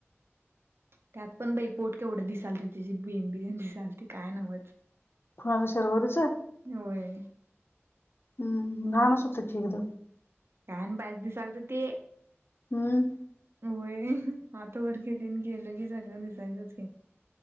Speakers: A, on the right (about 55°); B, on the left (about 55°).
A: त्यात पण बाई पोट केवढे दिसाल ते त्याची बिनबिज दिसाल त काय नव्हत.
B: कूणां शर्वररीच आहे.
A: होय
B: हम्म जाण सुतचीकत
A: कायण पाच दिस आलत ते
B: हम्म
A: होय आातवररखतीन केलं की चांगलं दिसायचंच.